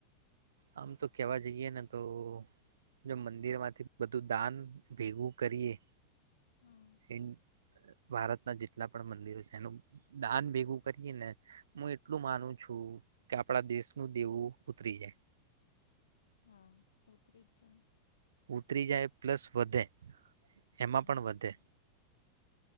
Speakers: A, on the right (about 65°); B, on the left (about 70°).
A: આમ તો કેવા જઈએ ને તો જો મંદિરમાંથી બધું દાન ભેગું કરીએ.
B: હમ,
A: એમ ભારતના જેટલા પણ મંદિરો છે એનું દાન ભેગું કરીએ ને. હું એટલું માનું છું. કે આપડા દેશનું દેવું ઉતરી જાય.
B: હા ઉતરી જ જાય.
A: ઉતરી જાય પ્લસ વધે.
B: હમ.
A: એમાં પણ વધે.